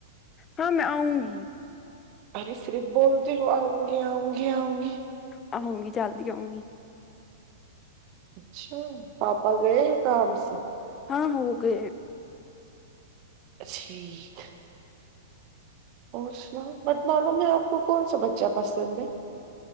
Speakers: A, on the left; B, on the right.
A: ہاں میں آؤںگی
B: ارے صرف بولتی ہو آؤنگی آؤنگی آؤنگی
A: آونگی جلد آؤنگی
B: اچھا پاپا گئے ہیں کام سے
A: ہاں ہو گئے
B: ٹھیک اور سناؤ بٹ معلوم نہیں آپ کو کونسا بچہ پسند ہے